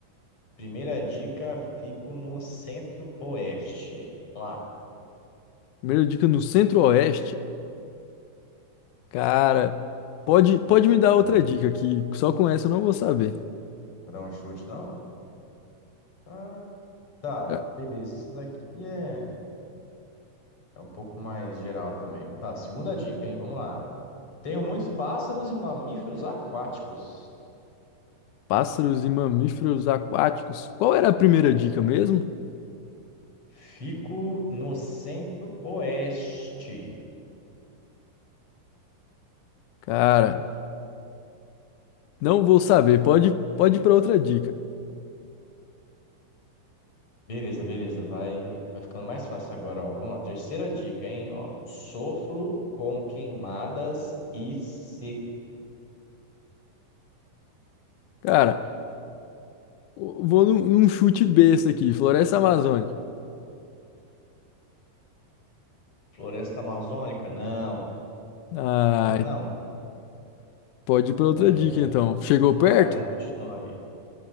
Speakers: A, on the left; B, on the left.
A: Primeira dica, fico no centro-oeste. Vamos Lá.
B: Primeira dica no Centro-Oeste. Cara, pode, pode me dar outra
A: É,
B: dica que só com essa eu não vou saber.
A: vai dar um chute, não? Ah, tá,
B: Ca-
A: beleza. Isso daqui é, é um pouco mais geral também. Tá, segunda dica, hein? Vamos lá. Tenho muitos pássaros e mamíferos aquáticos.
B: Pássaros e mamíferos aquáticos. Qual era a primeira dica mesmo?
A: Fico no centro-oeste.
B: Cara, não vou saber. Pode, pode ir para outra dica.
A: Beleza, beleza. Vai, vai ficando mais fácil agora, ó. Vamos lá. Terceira dica, hein? Ó, sofro com queimadas e seca.
B: Cara, o- vou num, num chute besta aqui, Floresta Amazônica.
A: Floresta amazônica? Não.
B: Ai,
A: Não, não é não.
B: pode ir para outra
A: É,
B: dica então. Chegou perto?
A: Vai, vamos continuar aí.